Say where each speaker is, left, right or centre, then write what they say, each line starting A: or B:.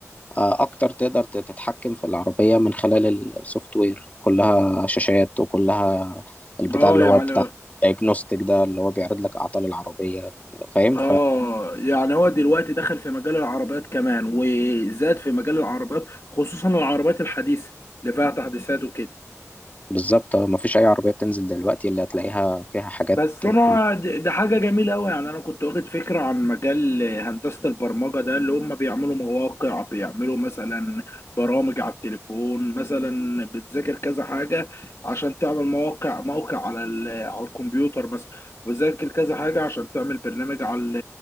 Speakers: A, on the left; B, on the left.
A: آه، أكتر تقدر تت- تتحكم في العربية من خلال السوفت وير كلها شاشات وكلها البتاع
B: اه
A: اللي
B: يعني
A: هو بتاع دايجنوستيك ده اللي هو بيعرض لك أعطال العربية آه، فاهم
B: اه يعني هو دلوقتي دخل في مجال العربيات كمان وزاد في مجال العربيات خصوصا العربيات الحديثة اللي فيها تحديثات وكده
A: فبالظبط آه، مفيش أي عربية بتنزل دلوقتي اللي هتلاقيها فيها حاجات
B: بس انا
A: آه،
B: د- ده حاجه جميله قوي يعني انا كنت واخد فكره عن مجال هندسه البرمجه ده اللي هم بيعملوا مواقع بيعملوا مثلا برامج على التليفون مثلا بتذاكر كذا حاجه عشان تعمل مواقع موقع على ال- على الكمبيوتر مثلا وتذاكر كذا حاجه عشان تعمل برنامج على ال-